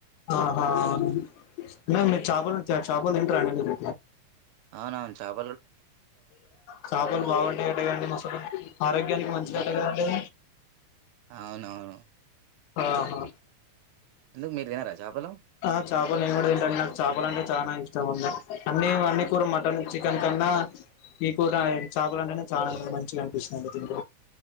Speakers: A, on the left; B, on the right.
A: ఆహా మేమ్ మీరు చాపలు చాపలు తింటారండి మీరు
B: అవునవును చాప్
A: చాపలు బాగుంటాయిటగాండి మస్తు ఆరోగ్యానికి మంచిదంట
B: అ
A: కదండి
B: అవునవును
A: ఆహా
B: ఎందుకు మీరు తినరా చాపలు
A: ఆ చేపలు మేము కూడా తింటం నాకు చేపలు అంటే చాన ఇష్టం ఉంది అన్ని అన్ని కూడా మటన్ చికెన్ కన్నా మీ కూడా చేపల అంటేనే చాలా మంచిగా అనిపిస్తదండి తింటే